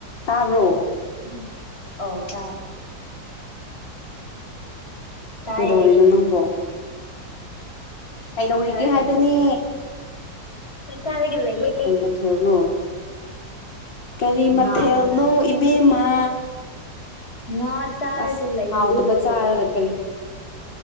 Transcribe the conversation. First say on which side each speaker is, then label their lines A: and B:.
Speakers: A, on the left (about 85°); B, on the left (about 35°).
A: <inaudible> ꯇꯥꯕ꯭ꯔꯣ
B: ꯎꯨꯝ ꯑꯧ ꯇꯥꯏ ꯇꯥꯏꯌꯦ
A: ꯀꯩꯗꯧꯔꯤꯅꯣ ꯅꯪꯕꯣ ꯀꯩꯗꯧꯔꯤꯒꯦ
B: ꯇꯥꯔꯒ
A: ꯍꯥꯏꯕꯅꯦ
B: ꯂꯩꯌꯦ ꯆꯥꯛ ꯆꯥꯔꯒ ꯂꯩꯌꯦ
A: ꯀꯩ ꯃꯊꯦꯜꯅꯣ ꯀꯔꯤ ꯃꯊꯦꯜꯅꯣ
B: ꯉꯥ ꯉꯥ
A: ꯏꯕꯦꯝꯃ
B: ꯉꯥ ꯆꯥꯔꯒ
A: ꯑꯁ
B: ꯂꯩꯌꯦ
A: ꯍꯥꯎꯇꯕ ꯆꯥꯒ ꯀꯔꯤꯒꯤ